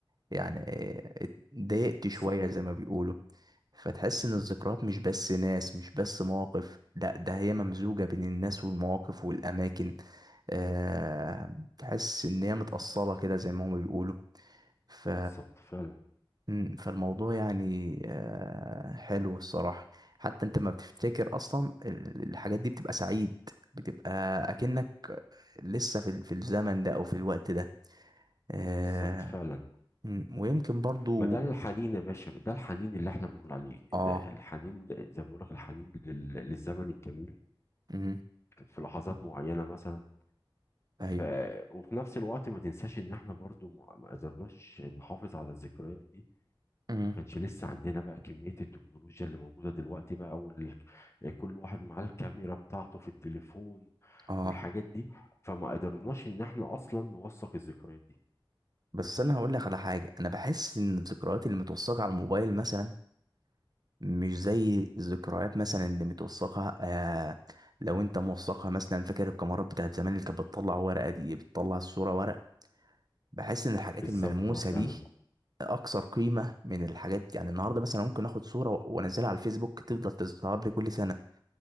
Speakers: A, on the right; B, on the left.
A: يعني إيه، اتضايقت شوية
B: بالظبط
A: زي ما بيقولوا فتحس ان الذكريات مش بس ناس مش بس مواقف لا ده هي ممزوجة بين الناس والمواقف والاماكن أه تحس ان هي متأصلة كده زي ما هما بيقولوا ف
B: بالظبط فعلا
A: مم، فالموضوع يعني أه حلو الصراحة حتى انت ما بتفتكر اصلا ال- الحاجات دي بتبقى سعيد بتبقى اكنك لسه في في الزمن ده او في الوقت ده آه
B: بالظبط فعلا
A: مم، ويمكن برضو
B: ما ده الحنين يا باشا ده الحنين اللي احنا بنقول عليه
A: اه
B: ده الحنين زي ما بيقول لك الحنين لل- للزمن الجميل
A: مم،
B: في لحظات معينة مثلا
A: ايوه
B: ف... وفي نفس الوقت ما تنساش ان احنا برضو ما ما قدرناش نحافظ على الذكريات دي
A: مم.
B: ما كانش لسه عندنا بقى كمية التكنولوجيا اللي موجودة دلوقتي بقى وال... كل واحد معاه الكاميرا بتاعته في التليفون
A: اه
B: والحاجات دي فما قدرناش ان احنا اصلا نوثق الذكريات دي
A: بس انا هقول لك على حاجه انا بحس ان الذكريات اللي متوثقه على الموبايل مثلا مش زي الذكريات مثلا اللي متوثقه آه لو انت موثقها مثلا فاكر الكاميرات بتاعت زمان اللي كانت بتطلع ورقه دي بتطلع الصوره ورق بحس ان الحاجات
B: بالظبط
A: الملموسه
B: اه فعلا
A: دي اكثر قيمه من الحاجات يعني النهارده مثلا ممكن اخد صوره و- وانزلها على الفيسبوك تفضل تظهر لي كل سنه